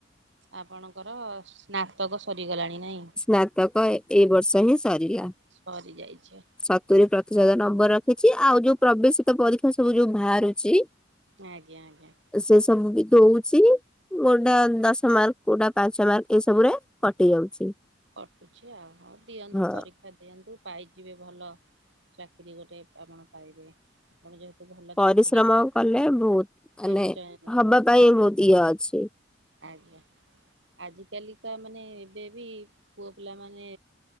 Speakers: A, on the right; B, in the centre.
A: ଆପଣଙ୍କର ସ୍ନାତକ ସରିଗଲାଣି ନାଇଁ?
B: ସ୍ନାତକ ଏଇ ବର୍ଷ ହିଁ ସରିଲା।
A: ସରି ଯାଇଛି।
B: ସତୁରି ପ୍ରତିଶତ ନମ୍ବର ରଖିଛି। ଆଉ ଯୋଉ ପ୍ରବେଶିତ ପରୀକ୍ଷା ସବୁ ଯୋଉ ବାହାରୁଛି
A: ଆଜ୍ଞା ଆଜ୍ଞା।
B: ସେ ସବୁ ବି ଦଉଛି। କୋଉଟା ଦଶ ମାର୍କ କୋଉଟା ପାଞ୍ଚ ମାର୍କ ଏସବୁ ରେ କଟି ଯାଉଛି।
A: କଟୁଛି ଆଉ ହଉ ଦିଅନ୍ତୁ
B: ହଁ।
A: ପରୀ କ୍ଷା ଦିଅନ୍ତୁ ପାଇଯିବେ ଭଲ ଚାକିରି ଗୋଟେ ଆପଣ ପାଇବେ। ଆପଣ ଯେହେତୁ ଭଲ
B: ପରିଶ୍ରମ
A: ଛାତ୍ରୀ ନା
B: କଲେ ବହୁତ୍ ମାନେ
A: ନିଶ୍ଚୟ ନିଶ୍ଚୟ
B: ହବା ପାଇଁ ବହୁତ୍ ଇଏ ଅଛି।
A: ଆଜ୍ଞା ଆଜି କାଲିକା ମାନେ ଏବେ ବି ପୁଅ ପିଲାମାନେ